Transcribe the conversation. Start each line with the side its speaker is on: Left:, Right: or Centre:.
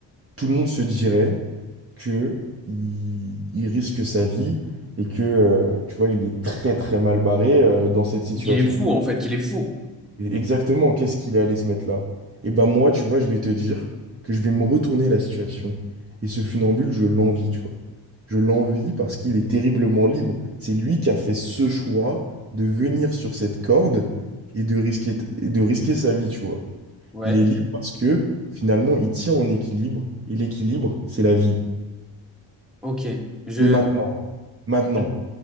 Right: tout le monde se dirait que il, il risque sa vie et que, euh, tu vois, il est très très mal barré euh, dans cette situation.
Centre: Et qu'il est fou, en fait, qu'il est fou.
Right: Et exactement, qu'est-ce qu'il est allé se mettre là? Et ben moi, tu vois, je vais te dire que je vais me retourner la situation. Et ce funambule, je l'envie, tu vois. Je l'envie parce qu'il est terriblement libre. C'est lui qui a fait ce choix de venir sur cette corde et de risquer, et de risquer sa vie, tu vois.
Centre: Ouais.
Right: Il est libre parce que finalement, il tient en équilibre. Et l'équilibre, c'est la vie.
Centre: Ok. Je...
Right: Mais maintenant, maintenant,
Centre: je-